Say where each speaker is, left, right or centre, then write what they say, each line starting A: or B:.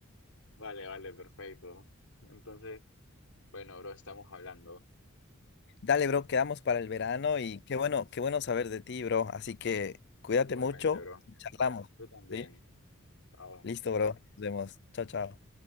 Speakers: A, on the left; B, on the left.
A: Vale, vale, perfecto. Entonces, Bueno, bro, estamos hablando
B: Dale, bro, quedamos para el verano y qué bueno, qué bueno saber de ti, bro. Así que cuídate
A: igualmente,
B: mucho
A: bro.
B: y charlamos,
A: Tú también.
B: ¿sí?
A: Chao.
B: Listo, bro. Nos vemos. Chao, chao.